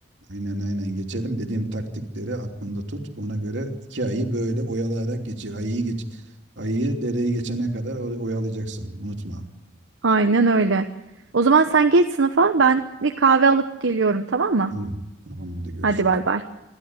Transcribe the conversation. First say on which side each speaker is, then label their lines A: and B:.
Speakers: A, on the right; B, on the right.
A: aynen aynen. geçelim. Dediğim taktikleri aklında tut. Ona göre iki ayı böyle oyalayarak geçir. Ayıyı geç ayıyı dereyi geçene kadar oy- oyalayacaksın. Unutma.
B: Aynen öyle. O zaman sen geç sınıfa ben bir kahve alıp geliyorum tamam mı?
A: Hı, Tamam hadi görüşürüz.
B: Hadi bay bay.